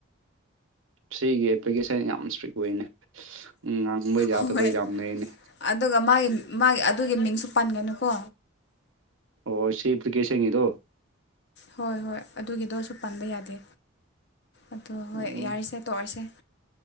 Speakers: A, on the right; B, on the left.
A: ꯁꯤꯒꯤ ꯑꯦꯄ꯭ꯂꯤꯀꯦꯁꯟ ꯌꯥꯝ ꯏꯁꯇ꯭ꯔꯤꯛ ꯑꯣꯏꯅꯦ ꯉꯥꯡꯕ ꯌꯥꯗꯕ
B: ꯍꯣꯏ
A: ꯌꯥꯝ ꯂꯩꯅꯦ
B: ꯑꯗꯨꯒ ꯃꯥꯒꯤ ꯃꯥꯒꯤ ꯑꯗꯨꯒꯤ ꯃꯤꯡꯁꯨ ꯄꯟꯒꯅꯨꯀꯣ
A: ꯑꯣ ꯁꯤ ꯑꯄ꯭ꯂꯤꯀꯦꯁꯉꯤꯗꯣ
B: ꯍꯣꯏ ꯍꯣꯏ ꯑꯗꯨꯒꯤꯗꯣꯁꯨ ꯄꯟꯕ ꯌꯥꯗꯦ ꯑꯗꯣ ꯍꯣꯏ
A: ꯎꯝ
B: ꯌꯥꯔꯤꯁꯦ ꯇꯣꯛꯑꯁꯦ